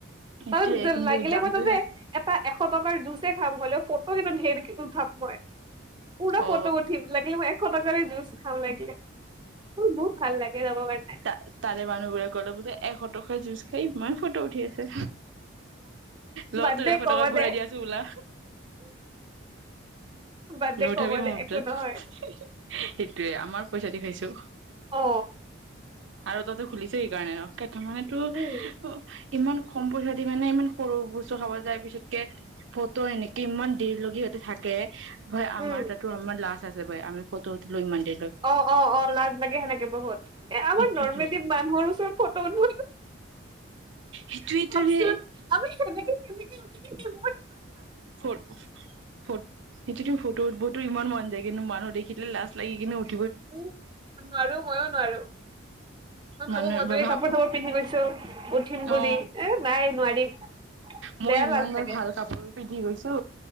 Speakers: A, on the right; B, on the right.
A: সেইটোয়ে
B: তাৰ
A: কিন্তু
B: লাগিলে
A: দামটোহে
B: মই তাতে এটা এশ টকাৰ জুজ খাম হ'লে অ কিন্তু ধেৰ উঠাম মই পুৰা
A: অ
B: ফটো উঠিম লাগিলে মই এশ টকাৰ জুচ খাম লাগিলে মোৰ বহুত ভাল লাগে ৰব পাৰ
A: ত তাৰে মানুহ গোৰে কলে বোধে এশ টকা জুচ খাই মা ফটো উঠি আছে ল
B: বাদ
A: তো
B: দে
A: এশ
B: ক'ব
A: টকা ঘূৰাই
B: দে
A: দিয়া আছো বলা
B: বাদ দে
A: নুথাবি
B: ক'ব দে
A: মোৰ বটত
B: একো নহয়
A: সেইটোৱে আমাৰ পইচা দি খাইছো
B: অ
A: আৰু তহতে খুলিছে সেইকাৰণে ন তাৰ মমানেতো
B: উম
A: অ ইমান কম পইচা দি মানে ইমান সৰু বস্তু খাব যায় পিছতকে ফটো এনেকে ইমান দেৰি লগি হতে থাকে হয় আমাৰ
B: উম
A: তাতো আমাৰ লাষ্ট আছোই আমি ফটো উঠিলো ইমান দ
B: অ অ অ ল লাগে সেনেকে বহুত এ আমাৰ
A: সেইটোয়েতো
B: নৰ্মেলি মানুহৰ ওচৰত ফটো উ
A: সেইটোৱেইটো
B: অকচ
A: ৰে
B: আমিমম উ
A: সটো ফটো উঠবতো ইমান মন যায় কিন্তু মানুহ দেখিলে লাজ লাগ কিন্তু উ
B: উ নোৱাৰো ময়ো নোৱাৰো মই
A: মানুহে
B: ভাবো মনে
A: ভাব
B: কাপোৰ চাপোৰ পিন্ধি গৈছো উঠিন
A: অ
B: বুলি এ নাই নোৱাৰি
A: মই
B: বেয়া
A: ইমান
B: লাজ
A: বাৰ
B: চাগে
A: ভাল কাপোৰ পিন্ধি গৈছো